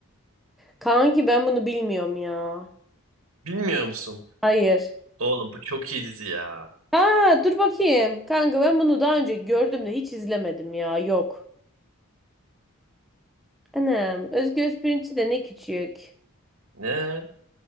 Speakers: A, in the centre; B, on the right.
A: Kanki ben bunu bilmiyorum ya.
B: Bilmiyor musun?
A: Hayır.
B: Oğlum bu çok iyi dizi ya.
A: Ha dur bakayım. Kanka ben bunu daha önce gördüm de hiç izlemedim ya. Yok. Anam. Özgür Özpirinççi de ne küçük.
B: Ne?